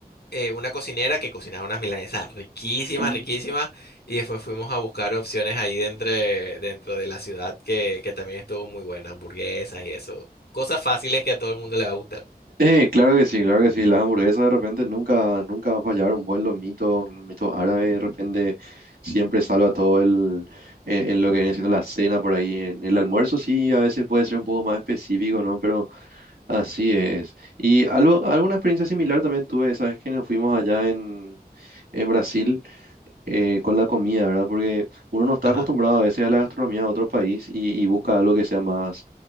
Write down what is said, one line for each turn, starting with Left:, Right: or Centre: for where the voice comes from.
Left: eh, una cocinera que cocinaba unas milanesas riquísimas,
Right: ah.
Left: riquísimas. Y después fuimos a buscar opciones ahí dentro, dentro de la ciudad que, que también estuvo muy buena, hamburguesas y eso. Cosas fáciles que a todo el mundo le va a gustar.
Right: Eh, claro que sí, claro que sí. Las hamburguesas de repente nunca, nunca va a fallar. Un buen lomito, un lomito árabe de repente siempre salva todo el, en, en lo que viene siendo la cena por ahí. En el almuerzo sí, a veces puede ser un poco más específico, ¿no? Pero así es. Y algo, alguna experiencia similar también tuve, ¿sabes? Que nos fuimos allá en, en Brasil eh, con la comida, ¿verdad? Porque uno no está
Left: Ajá,
Right: acostumbrado a veces a la gastronomía de otro país y, y busca algo que sea más,